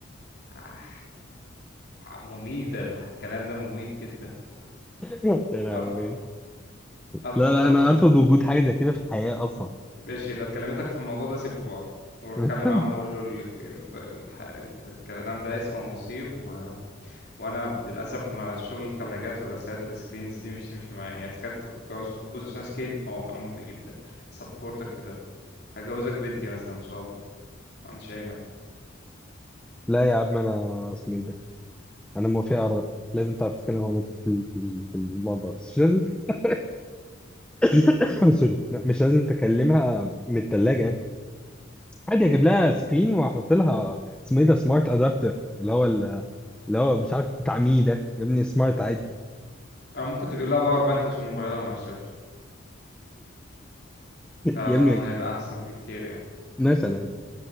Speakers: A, on the left; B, in the centre.
A: آه، مميت الكلام ده مميت جدا
B: يا لهوي
A: ارفض ارفض
B: لا لا
A: ارفض
B: انا ارفض وجود حاجه زي كده في الحياه اصلا
A: ماشي لو كلمتك في الموضوع ده سيبوا بعض وروح
B: <laughs>
A: كلم عمه وقول له ال... ال... الح... ال- الكلام ده اسمه نصيب و... وانا للاسف ما شغل الثلاجات وغسالات السكرينز دي مش تمشي معايا يعني تخيل تتجوز تكبوز عشان سكرين اه انا موافق جدا هسبورتك في ده هجوزك بنتي مثلا ان شاء الله ما عنديش اي مانع
B: لا يا عم انا اسمه ايه ده انا موافق على الراي لازم تعرف تتكلم مع مامتك في ال- في ال- في الموضوع بس مش لازم تك- <laughs> <coughs> سوري لا، مش لازم تكلمها من الثلاجه يعني عادي اجيب لها سكرين واحط لها اسمه ايه ده سمارت ادابتر اللي هو ال- اللي هو مش عارف بتاع مين ده يا ابني سمارت عادي
A: او ممكن تجيب لها باور بانك عشان موبايلها ما يفصلش ده
B: <laughs> يا
A: اظن
B: ابني
A: هيبقى احسن بكتير يعني
B: مثلا